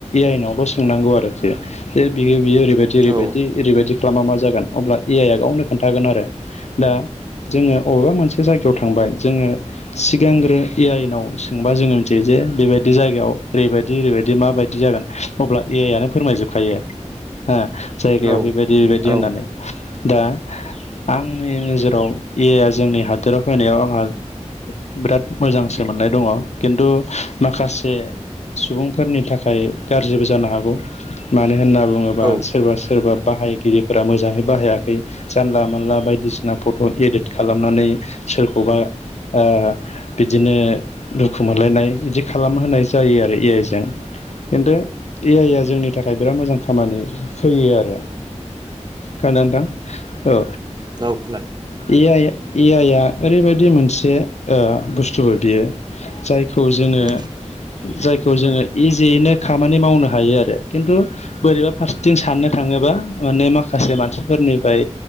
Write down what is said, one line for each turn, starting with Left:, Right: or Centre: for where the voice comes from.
Left: आइनावल' सोंनांगौ आरोखि जे बियो बियो ओरैबायदि ओरैबायदि
Right: औ
Left: ओरैबायदि खालामा मा जागोन? अब्ला ए आइ आ गावनो खोन्थागोन आरो। दा जोङो अ'बेबा मोनसे मोनसे जायगायाव थांबाय जोङो सिगांग्रो ए आइनाव सोंबा जोङो मिथियो जे बेबायदि जायगायाव ओरैबायदि ओरैबायदि माबायदि जागोन अब्ला ए आइ आनो फोरमायजोबखायो हो जायगायाव
Right: औ
Left: बेबायदि बेबायदि
Right: औ
Left: होननानै दा आंनि नोजोराव ए आइया जोंनि हादोराव फैनायाव आंहा बिराद मोजांसो मोननाय दङ खिन्थु माखासे सुबुंफोरनि थाखाय गारज्रिबो जानो हागौ। मानो होनना बुङोबा
Right: औ
Left: सोरबा सोरबा बाहाय गिरिफोरा मोजाङै बाहायाखै जानला मोनला बायदिसिना फट' एदिद खालामनानै सोरखौबा ओ बिदिनो दुखु मोनलायनाय इदि खालामहोनाय जायो आरो ए आइजों खिन्थु ए आइआ जोंनि थाखाय बिराद मोजां खामानि होयो आरो खा नोंथां औ।
Right: राव खोनादों।
Left: एआइ ए आइआ ओरैबायदि दि मोनसे ओ बुस्थुबो बियो जायखौ जोङो
Right: उम
Left: जायखौ जोङो इजियैनो खामानि मावनो हायो आरो। खिन्थु बोरैबा फारसिथिं साननो थाङो बा माने माखासे मानसिफोरनिफ्राय